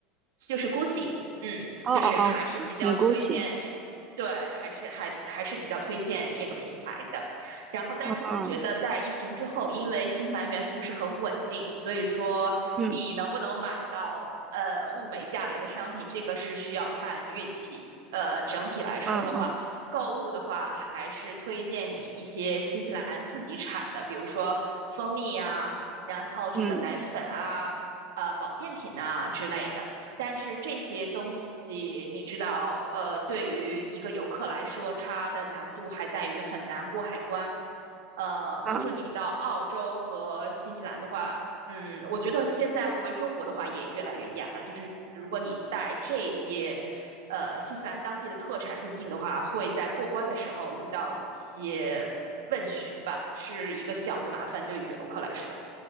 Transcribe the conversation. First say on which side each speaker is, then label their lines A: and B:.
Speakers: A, on the right (about 80°); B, on the right (about 30°).
A: 就是 Gucci，嗯，
B: 哦哦哦，
A: 就是还是比较推荐这，
B: 嗯 g u c c
A: 对，还是还还是比较推荐这个品牌的。然后，但是我觉得在疫情之后，
B: 嗯
A: 因为新西兰元不是很稳定，所以说你能不能买到呃物美价廉的商品，
B: 嗯
A: 这个是需要看运气。呃，整体来说的话，
B: 嗯嗯。
A: 购物的话还是推荐你一些新西兰自己产的，比如说蜂蜜呀，然后这个奶粉啊。
B: 嗯
A: 呃保健品呐、之类的。但是这些东西你知道，呃，对于一个游客来说，它的难度还在于很难过海关。呃，
B: 啊，
A: 比如说你到澳洲和新西兰的话，嗯，我觉得现在回中国的话也越来越严了。就是如果你带这些，呃，新西兰当地的特产入境的话，会在过关的时候遇到一些问询吧，是一个小的麻烦，对于游客来说。